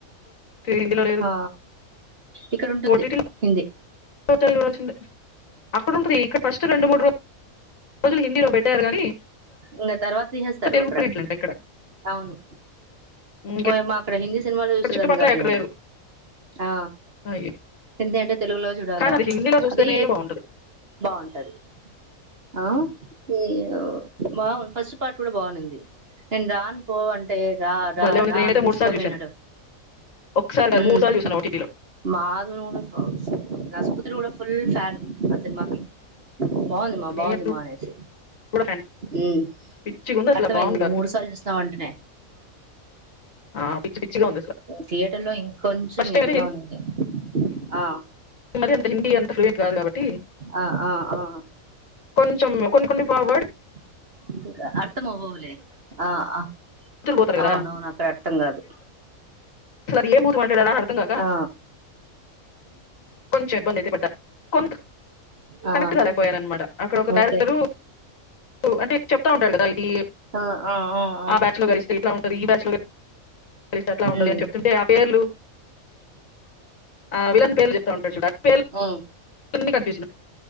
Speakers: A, on the left; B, on the right.
A: తి- హిందీలో లేదు
B: ఆ ఇక్కడ ఉంటుంది
A: ఓటీటీలో
B: హిందీ
A: <inaudible> చూడాల్సిందే అక్కడ ఉంటుంది ఇక్కడ ఫస్ట్ రెండు మూడు రో రోజులు హిందీలో పెట్టారు కానీ
B: ఇంకా తర్వాత తీసేస్తారు
A: తెలుగు
B: అక్కడ.
A: ప్రింట్లు అంట ఇక్కడ
B: అవును
A: ఇంకెక్కడ
B: ఓయమ్మ అక్కడ హిందీ సినిమాలు చూస్తుదని
A: చుట్టుపక్కల
B: కదా
A: ఎక్కడ
B: నేను
A: లేదు
B: ఆ
A: అయ్యో
B: ఎంది అంటే తెలుగులో చూడాలా
A: కానీ అది హిందీలో చూస్తేనే
B: అది
A: బాగుంటుంది
B: బాగుంటది ఆహ్ నేను. బావుంద్, ఫస్ట్ పార్ట్ కూడా బాఉనింది. నేను రాను పో అంటే. అంటే రా రా
A: భలే ఉంది
B: రా
A: నేనైతే
B: అని గుంజుకుపోయినాడు.
A: మూడు సార్లు చూశాను ఒకసారి కాదు
B: హ్మ్,
A: మూడు
B: <unintelligible>
A: సార్లు చూశాను ఓటీటీలో
B: మదలుండొచ్చు. నా సుపుత్రుడు, కూడా ఫుల్ ఫ్యాన్ ఆ సినిమాకి. బావుంది మా,
A: నేను
B: బావుంది మా అనేసి.
A: కూడా ఫ్యాన్
B: ఉమ్హ్,
A: పిచ్చిగా ఉంది అసలు
B: అర్థమయ్యింది.
A: బాగుంది
B: నువ్వు
A: కాదు
B: మూడు సార్లు చూస్తావ్ అంటనే.
A: ఆ పిచ్చి పిచ్చిగా ఉంది అసలు
B: థియేటర్ లో ఇంకొంచెం
A: ఫస్ట్ టైం
B: ఇదిగా ఉంది ఆ
A: మరి అంత హిందీ అంతా ఫ్లూయెంట్ రాదు కాబట్ టి
B: ఆ ఆ ఆ
A: కొంచం కొన్ని కొన్ని పావడ్
B: <unintelligible> అంటే గా, అర్థం అవవులే. ఆ హా!
A: బూతులు పోతారు కదా!
B: అవునవును, అక్కడ అర్థం కాదు?
A: అసలే ఏం, బూతు వడ. అలా ఎలా అని అర్థం కాక,
B: ఆ
A: కొంచెం ఇబ్బంది అయితే పడ్డా. కొంత,
B: ఆ
A: కనెక్ట్ కలెక్టర్ పోయాను అనమాట. అక్కడ ఒక క్యారెక్టర్
B: ఓకే
A: అంటే చెప్తా ఉంటరు కదా. ఇది
B: ఆ ఆ ఆ.
A: ఆ బ్యాచ్‌లో, గాలిస్తే ఇట్లా ఉన్. ఉంటది, ఈ బ్యాచ్ లో. కలిస్తే ఎట్లా ఉంటది
B: ఉమ్
A: చెప్తుంటే, ఆ పేర్లు, ఆ విలన్ పేర్లు చెప్తా ఉంటడు చూడు. ఆ పేర్లు
B: ఉమ్
A: అని కన్ఫ్యూజన్.